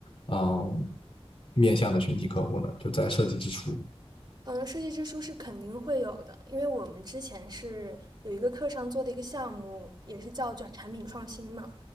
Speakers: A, on the left; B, on the right.
A: 嗯面向的群体客户呢？就在设计之初。
B: 嗯，设计之书是肯定会有的，因为我们之前是有一个课上做的一个项目，也是叫叫产品创新嘛。